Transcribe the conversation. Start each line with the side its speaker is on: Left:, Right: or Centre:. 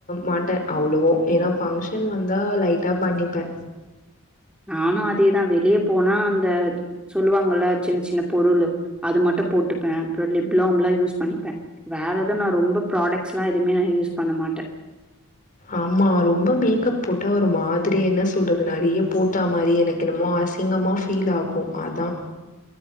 Left: மாட்டே அவ்வளவோ ஏன்னா பஃங்க்ஷன் வந்தா லைட்டா பண்ணிப்பே
Centre: நானு அதேதா வெளியே போனா அந்த சொல்லுவாங்கல்ல சின்ன சின்ன பொருளு அது மட்டு போட்டுப்பே அப்புற லிப்லாம்ல்லா யூஸ் பண்ணிப்பே வேற எதவு நா ரொம்ப ப்ராடக்ட்ஸ்ஸெல்லா எதுவுமே நா யூஸ் பண்ண மாட்ட
Left: ஆமா ரொம்ப மேக்கப் போட்டா ஒரு மாதிரி என்ன சொல்றது நறைய போட்டா மாரி எனக்கென்னமோ அசிங்கமா ஃபீல் ஆகு அதா